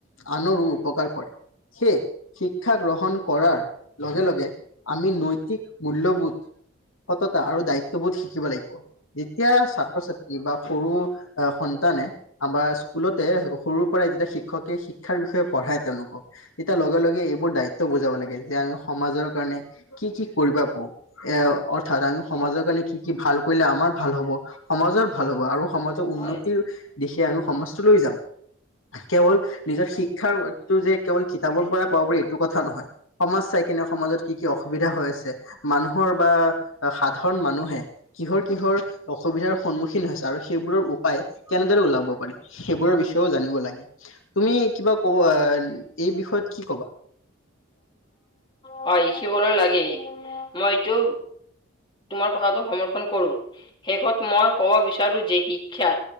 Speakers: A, on the left; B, on the left.
A: আনৰো উপকাৰ কৰে। সেয়ে, শিক্ষা গ্ৰহণ। কৰাৰ লগে লগে, আমি নৈতিক মূল্যবোধ। সততা আৰু দায়িত্ববোধ শিকিব লাগিব। যেতিয়া, ছাত্ৰ-ছাত্ৰী বা সৰু সন্তানে। আমাৰ স্কুলতে, সৰুৰ পৰাই যেতিয়া শিক্ষকে, শিক্ষাৰ বিষয়ে পঢ়ায় জানো? তেতিয়া লগে-লগে এইবোৰ দায়িত্ব বুজাব লাগে, যে আমি সমাজৰ কাৰণে। কি কি কৰিবা পাওঁ, এয়া। অৰ্থাৎ, আমি সমাজৰ কাৰণে কি, কি ভাল কৰিলে আমাৰ ভাল হ'ব, সমাজৰ ভাল হ'ব, আৰু সমাজ। উন্নতিৰ
B: হয়।
A: দিশে আমি সমাজটোলৈ যাম। কেৱল, নিজৰ শিক্ষাৰটো যে কেৱল কিতাপৰ পৰা পাব পাৰে, এইটো কথা নহয়। সমাজ চাই কেনে, সমাজত কি কি অসুবিধা হৈ আছে, মানুহৰ বা সাধাৰণ মানুহে। কিহৰ, কিহৰ অসুবিধাৰ সন্মুখীন হৈছে আৰু সেইবোৰৰ উপায় কেনেদৰে ওলাব পাৰি? সেইবোৰৰ বিষয়েও জানিব লাগে। তুমি কিবা কব আহ, এই বিষয়ত কি ক'বা?
B: হয়, লিখিবলৈ লাগেই, মইতো তোমাৰ কথাটো সমৰ্থন কৰো, শেষত মই ক'ব বিচাৰো যে, শিক্ষা